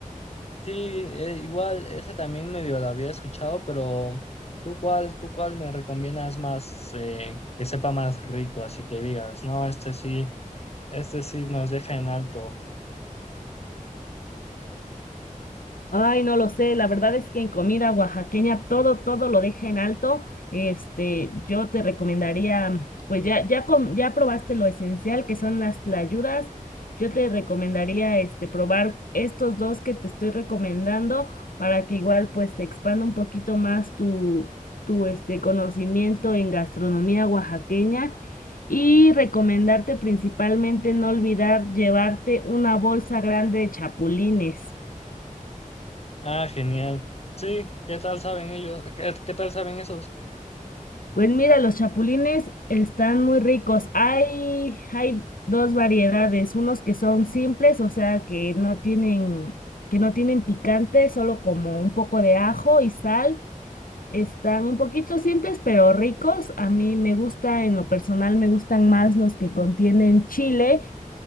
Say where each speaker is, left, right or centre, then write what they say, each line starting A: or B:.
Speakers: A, on the left; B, on the left.
A: Sí, eh, igual ese también medio lo había escuchado, pero ¿tú cuál, tú cuál me recomiendas más eh, que sepa más rico? Así que digas, no, este sí, este sí nos deja en alto.
B: Ay, no lo sé, la verdad es que en comida oaxaqueña todo, todo lo deja en alto. Este, yo te recomendaría, pues ya, ya, com- ya probaste lo esencial que son las tlayudas. Yo te recomendaría, este, probar estos dos que te estoy recomendando para que igual, pues, se expanda un poquito más tu, tu, este, conocimiento en gastronomía oaxaqueña. Y recomendarte principalmente no olvidar llevarte una bolsa grande de chapulines.
A: Ah, genial. Sí, ¿qué tal saben ellos? ¿Qué, qué tal saben esos?
B: Pues mira, los chapulines están muy ricos. Hay, hay dos variedades, unos que son simples, o sea, que no tienen, que no tienen picante, solo como un poco de ajo y sal. Están un poquito simples, pero ricos. A mí me gusta, en lo personal, me gustan más los que contienen chile